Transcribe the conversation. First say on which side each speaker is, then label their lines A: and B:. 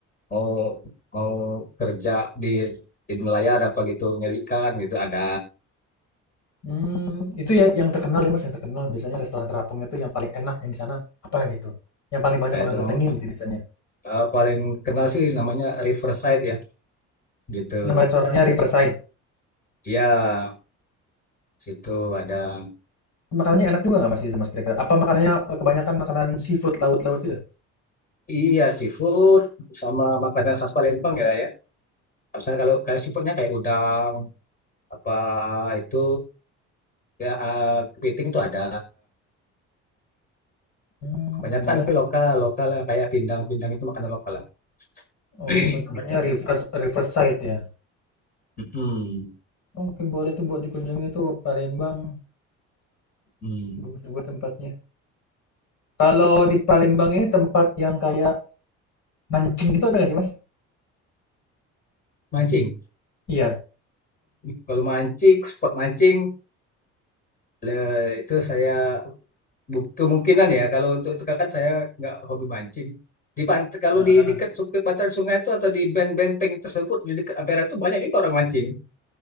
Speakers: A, on the left; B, on the left.
A: mau mau kerja di di nelayan ada apa gitu nyari ikan gitu ada
B: Hmm itu ya yang terkenal ya, Mas, yang terkenal biasanya restoran terapung itu yang paling enak yang di sana apa gitu? Yang paling banyak
A: Eh,
B: orang
A: itu
B: datengin
A: nama
B: gitu biasanya?
A: eh, paling kenal sih namanya Riverside ya gitu.
B: Nama restorannya Riverside.
A: Ya situ ada
B: Makanannya enak juga nggak, Mas, itu, Mas, kira-kira? Apa makanannya, eee, kebanyakan makanan seafood laut-laut gitu?
A: iya seafood sama makanan khas Palembang ya ya. Misalnya kalau kayak seafoodnya kayak udang apa itu ya eh, kepiting itu ada.
B: Hmm
A: Kebanyakan
B: namanya
A: lebih lokal lokal lah, kayak pindang-pindang itu makanan lokal lah
B: oh,
A: <clears throat>
B: ben- namanya
A: gitu.
B: Rivers Riverside ya?
A: Mm-mm.
B: Oh, Mungkin boleh tuh buat dikunjungi tuh Palembang,
A: Mm.
B: bagus juga tempatnya. Kalau di Palembang ini tempat yang kayak mancing gitu ada nggak sih, Mas?
A: Mancing.
B: Iya,
A: Kalau mancing spot mancing le- itu saya Bu- Kemungkinan ya kalau untuk itu kan saya nggak hobi mancing. Di pant kalau
B: heeh,
A: di dekat tepi pantai sungai itu atau di benteng-benteng tersebut di dekat Ampera itu banyak juga orang mancing.